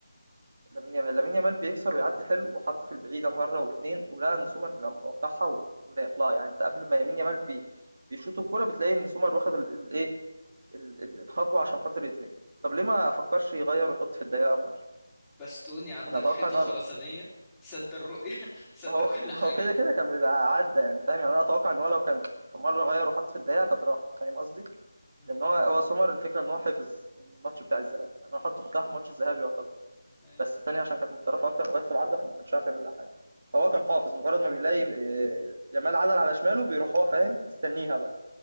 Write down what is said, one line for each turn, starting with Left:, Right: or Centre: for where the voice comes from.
Right: لامين يامال لامين يامال بيكسر ويعدي حلو وحط في البعيدة مرة واتنين ولقى ان سومر بيبقى متوقعها و- ورايح لها يعني انت قبل ما يمين يامال بي... بيشوط الكورة بتلاقي ان سومر واخد ال- الايه ال- ال- الخطوة عشان خاطر يترمي طب ليه ما فكرش يغير ويحط في الدقيقة مرة
Centre: بستوني عندك
Right: يعني اتوقع
Centre: حيطة
Right: ان هو
Centre: خرسانية سد الرؤية <laughs> سد
Right: ما هو
Centre: كل
Right: ما
Centre: حاجة
Right: هو كده كده كان بيبقى عدى يعني فاهم يعني انا اتوقع ان هو لو كان في مرة غير وحط في الدقيقة كانت راحت فاهم قصدي
Centre: امم
Right: لان هو هو سومر الفكرة ان هو حفظ الماتش بتاع الذهاب يعني هو حط اختها في ماتش الذهاب يعتبر
Centre: ايوه
Right: بس التانية عشان كانت متطرفة أكتر وجت في العارضة فما كانش عارف يعمل لها حاجة فهو كان حافظ مجرد ما بيلاقي آه، يامال عدل على شماله بيروح هو فاهم مستنيها بقى